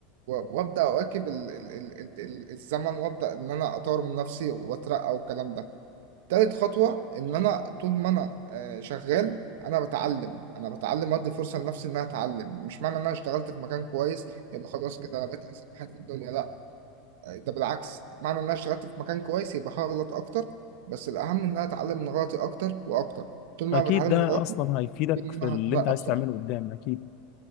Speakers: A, on the right (about 70°); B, on the left (about 40°).
A: و- وابدا اواكب ال- ال- ال- ال- الزمن وابدا ان انا اطور من نفسي واترقى والكلام ده تالت خطوة إن أنا طول ما أنا آه، شغال أنا بتعلم أنا بتعلم وأدي فرصة لنفسي إن أنا أتعلم مش معنى إن أنا اشتغلت في مكان كويس يبقى خلاص كده أنا بقيت أحسن واحد في الدنيا لأ آه، ده بالعكس معنى إن أنا اشتغلت في مكان كويس يبقى هغلط أكتر بس الأهم إن أنا أتعلم من غلطي أكتر وأكتر طول ما
B: اكيد
A: أنا بتعلم
B: ده
A: من غلطي
B: اصلا هيفيدك
A: طول
B: في
A: ما
B: اللي
A: أنا هتبقى
B: انت عايز
A: بسرعة
B: تعمله قدام اكيد